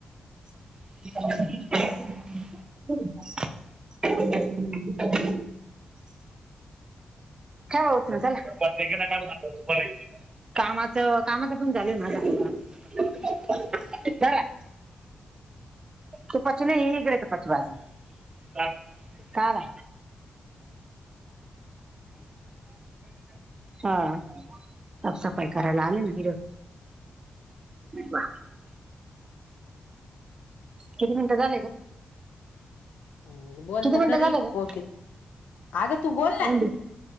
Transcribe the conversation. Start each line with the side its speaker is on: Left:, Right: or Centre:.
Right: हो
Left: हम्म,
Right: <inaudible> खव होत ना चला त काढ कामाच कामाच पण झाले ना आ <unintelligible> जरा तू पच नाही हगडे त पच वाज <unintelligible> काला. हा. साफ सफाई करायला आले ना, हिकडं नाही बा किती मिनटं झाले ग?
Left: हम् बोल
Right: किती
Left: तर
Right: मिनिटं
Left: खरी,
Right: झाले ग
Left: ओक अग तू बोल
Right: होऊन
Left: ना.
Right: देऊ.